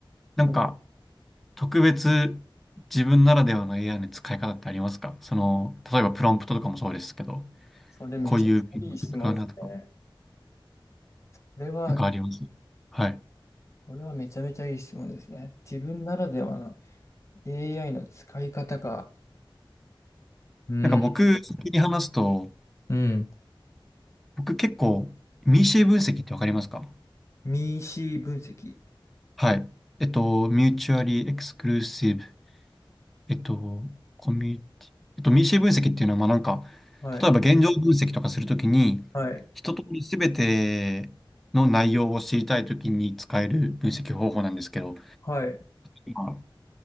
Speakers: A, in the centre; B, on the left.
A: なんか、
B: だから
A: 特別自分ならではの AI の使い方ってありますかその、例えばプロンプトとかもそうですけど、
B: それめちゃめちゃいい質問ですね。
A: こういうピンク使うなとか、
B: これは、
A: なんかありますはい。
B: これはめちゃめちゃいい質問ですね。自分ならではの AI の使い方か。うん。
A: なんか僕、先に話すと、
B: うん。
A: 僕結構、ミーシェ分析ってわかりますか
B: ミーシー分析。
A: はい。えっと、ミューチュアリーエクスクルーシブえっと、コミュニティ、えっと、ミーシー分析っていうのは、まあなんか、
B: はい。
A: 例えば現状分析とかするときに、
B: はい。
A: 一通りすべての内容を知りたいときに使える分析方法なんですけど、
B: はい。
A: 今